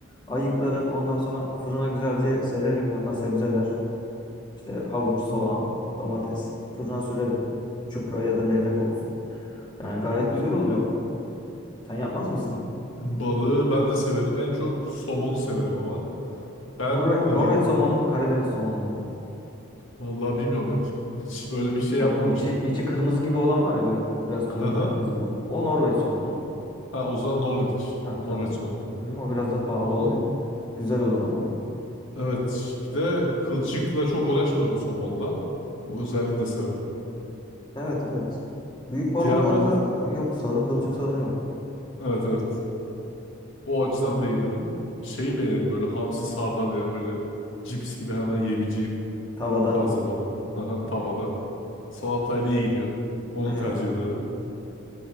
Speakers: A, on the left; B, on the left.
A: ayıklarım. Ondan sonra fırına güzelce sererim. Yanına sebzeler, işte havuç, soğan,
B: Hı.
A: domates. Fırına sürerim. Çupra ya da levrek olsun. Yani gayet güzel oluyor. Sen yapmaz mısın?
B: Balığı ben de severim. En çok somonu severim ama. Ben
A: Norveç,
B: e,
A: Norveç somonu mu, Karadeniz somonu mu?
B: vallahi bilmiyorum. Ben Hiç öyle bir şey
A: O
B: yapmamıştım.
A: içi içi kırmızı gibi olan var ya böyle biraz turuncu
B: Haha.
A: kırmızı gibi. O Norveç somonu.
B: Ha o zaman Norveç.
A: Ha
B: Norveç
A: tamam.
B: somonu.
A: Hı, o biraz da pahalı
B: Onu
A: oluyor. Güzel olur ama.
B: evet bir de kılçıkla çok uğraşmıyorum somonda. O özelliğini de severim.
A: Evet evet. Büyük balıklarda
B: E, diğer balıklı.
A: yok sorun kılçık
B: Ha,
A: sorunu yok.
B: Evet evet. O açıdan
A: Ha,
B: beğenirim. Şeyi beğenirim böyle hamsi sardalya böyle cips gibi hemen yiyebileceğim
A: Tavada.
B: taze balık. Haha, Tavada. Salatayla iyi gidiyor. Onu
A: Evet.
B: tercih ederim.